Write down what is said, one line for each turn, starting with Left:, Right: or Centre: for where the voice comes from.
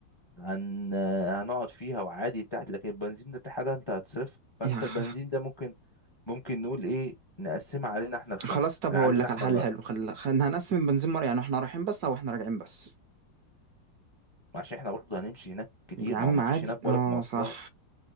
Left: هن... هنقعد فيها وعادي بتاعت لكن البنزين ده حاجة انت هتصرفها فانت
Right: يا
Left: البنزين
Right: <laughs>
Left: ده ممكن ممكن نقول ايه نقسمها علينا احنا الخمسة
Right: خلاص طب
Left: علينا
Right: هقول لك
Left: احنا
Right: على حل
Left: اللي...
Right: حلو خل... خل... هنقسم البنزين مرة يعني احنا رايحين بس او احنا راجعين بس
Left: عشان احنا برضو هنمشي هناك كتير
Right: يا عم
Left: ما هو ما
Right: عادي
Left: فيش هناك بالك
Right: اه
Left: مواصلات
Right: صح